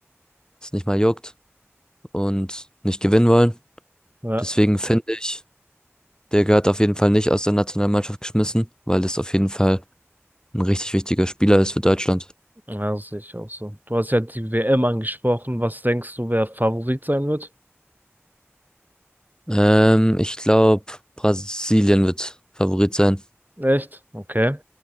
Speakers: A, on the left (about 15°); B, on the right (about 40°).
A: es nicht mal juckt und nicht gewinnen wollen.
B: ja,
A: Deswegen finde ich, der gehört auf jeden Fall nicht aus der Nationalmannschaft geschmissen, weil das auf jeden Fall ein richtig wichtiger Spieler ist für Deutschland.
B: ja, das sehe ich auch so. Du hast ja die WM angesprochen. Was denkst du, wer Favorit sein wird?
A: Ähm, ich glaube, Brasilien wird Favorit sein.
B: Echt? Okay.